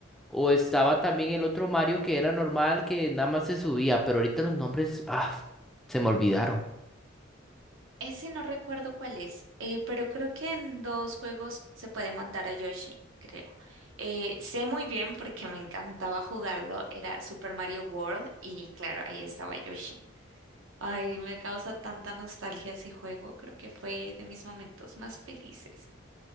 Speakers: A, in the centre; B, on the right.
A: o estaba también el otro Mario que era normal, que nada más se subía, pero ahorita los nombres, ah, se me olvidaron.
B: Ese no recuerdo cuál es, eh, pero creo que en dos juegos se puede montar a Yoshi, creo. Eh, sé muy bien porque me encantaba jugarlo, era Super Mario World y claro, ahí estaba Yoshi. Ay, me causa tanta nostalgia ese juego. Creo que fue de mis momentos más felices.